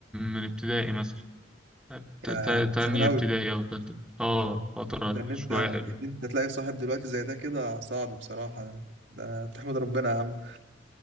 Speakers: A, in the centre; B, on the right.
A: من ابتدائي مثلا ت-
B: يا
A: ت-
B: من
A: تانية
B: زمان قوي
A: ابتدائي أو تالتة اه فترة
B: ده ان انت
A: شوية
B: ان
A: حلوة
B: انت تلاقي صاحب دلوقتي زي ده كده صعب بصراحة ده تحمد ربنا يا عم.